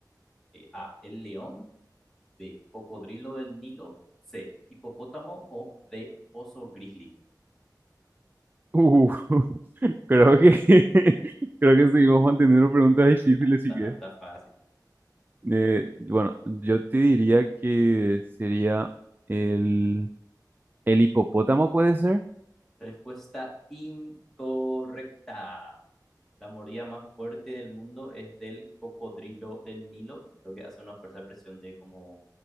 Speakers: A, in the centre; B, on the right.
A: Eh, A, el león, B, cocodrilo del Nilo, C, hipopótamo o D, oso grizzly.
B: Uh, <laughs> creo
A: <laughs>
B: que <laughs> creo que seguimos manteniendo preguntas difíciles,
A: Está,
B: así que
A: está fácil. está fácil.
B: eh, bueno, yo te diría que sería el el hipopótamo, ¿puede ser?
A: Respuesta incorrecta. La mordida más fuerte del mundo es del cocodrilo del Nilo y creo que hace una fuerza de presión de como